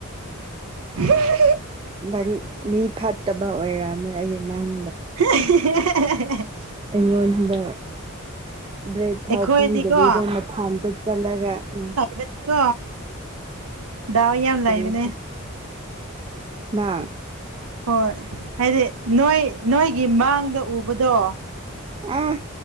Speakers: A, on the right; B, on the right.
A: <unintelligible>
B: ꯅꯪ ꯃꯤ ꯐꯠꯇꯕ ꯑꯣꯏꯔꯝꯃꯦ ꯑꯩꯗꯤ ꯅꯪ
A: <unintelligible>
B: ꯑꯩꯉꯣꯟꯗ꯫ ꯕ꯭ꯔꯦꯗ ꯐꯥꯎ
A: ꯑꯩꯈꯣꯏꯗꯤꯀꯣ
B: ꯄꯤꯗꯕꯤꯗ <inaudible> ꯊꯝꯗ ꯆꯠꯂꯒ ꯎꯝ꯫
A: ꯗꯤꯀꯣ ꯗꯥꯎ ꯌꯥꯝ
B: ꯀꯔꯤꯗ
A: ꯂꯩꯕꯅꯦ꯫
B: ꯅꯪ
A: ꯍꯣꯏ ꯍꯥꯏꯗꯤ ꯅꯣꯏ ꯅꯣꯏꯒꯤ ꯃꯥꯡꯗ ꯎꯕꯗꯣ
B: ꯑꯥ